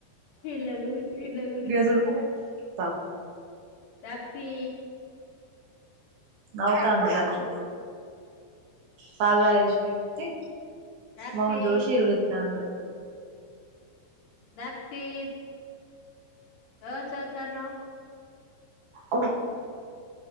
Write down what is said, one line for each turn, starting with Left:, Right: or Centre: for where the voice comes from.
Left: ఎలాగు ఎల్ గురించి
Right: ఇగ చూడు
Left: పిల్తే
Right: తాగు
Left: దక్షి
Right: నవుతండు దక్షి పాల్ తాగేది ఇడిషి పెట్టి
Left: దక్షిత్
Right: మొహం జోషి ఇగిలి తాండు
Left: దక్షిత్ ఏం చెత్తానవ్
Right: ఓ